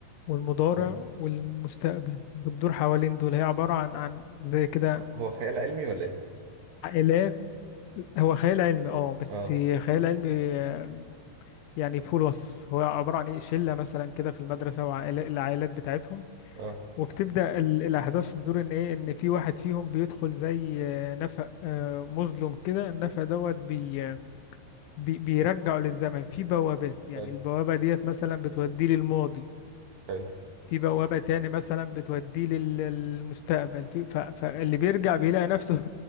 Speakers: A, on the left; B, on the right.
A: والمضارع
B: حلو.
A: والمستقبل بتدور حوالين دول هي عبارة عن عن زي كده
B: هو خيال علمي ولا ايه؟
A: عائلات هو خيال علمي اه بس
B: اه
A: خيال علمي آه، يعني فوق الوصف هو عبارة عن ايه شلة مثلا كده في المدرسة وعائلات العائلات بتاعتهم
B: اه
A: وبتبدأ ال- الأحداث تدور إن إيه إن في واحد فيهم بيدخل زي آه، نفق آه، مظلم كده النفق دوت بي آه، بي- بيرجعه للزمن في بوابات يعني
B: حلو
A: البوابة ديت مثلا بتوديه للماضي
B: حلو
A: في بوابة تاني مثلا بتوديه لل- للمستقبل في ف... فاللي بيرجع بيلاقي نفسه